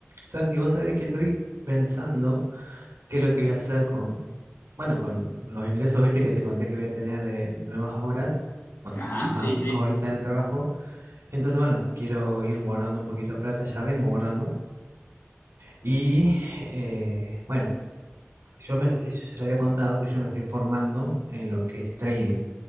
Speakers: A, on the right (about 80°); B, on the left (about 80°).
A: Santi, vos sabés que estoy pensando qué es lo que voy a hacer con, bueno, con los ingresos, viste, que te conté que voy a tener de nuevas horas, o sea,
B: Ajá,
A: más,
B: sí,
A: más
B: sí, sí.
A: horitas en el trabajo. Entonces, bueno, quiero ir guardando un poquito de plata, ya vengo guardando. Y, eh, bueno, yo, me, yo ya te había contado que yo me estoy formando en lo que es trading,